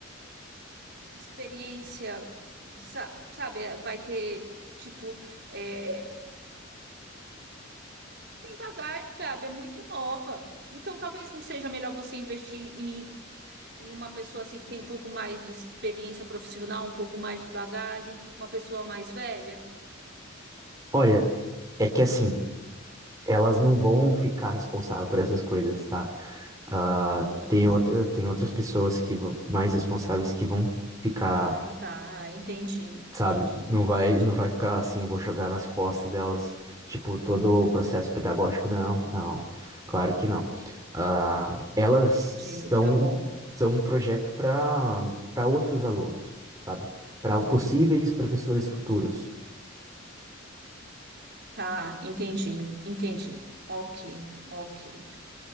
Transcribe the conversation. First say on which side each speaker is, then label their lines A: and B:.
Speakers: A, on the right; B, on the right.
A: experiência, sa- sabe? Vai ter, tipo, é, tem bagagem, Gabi, é muito nova. Então, talvez não seja melhor você investir em, em uma pessoa assim que tem um pouco mais de experiência profissional, um pouco mais de bagagem, uma pessoa mais velha.
B: Olha, é que assim, elas não vão ficar responsáveis por essas coisas, tá? Ah,
A: Aham.
B: tem outra, tem outras pessoas que vão- mais responsáveis que vão ficar
A: Ah, tá. Entendi, entendi,
B: sabe? Não vai,
A: entendi,
B: não vai ficar assim, eu vou jogar nas costas delas, tipo, todo o processo pedagógico. Não, não, claro que não. Ah, elas
A: entendi.
B: são,
A: Tá bom.
B: são um projeto para para outros alunos, sabe? Para possíveis professores futuros.
A: Tá, entendi, entendi. Ok, ok.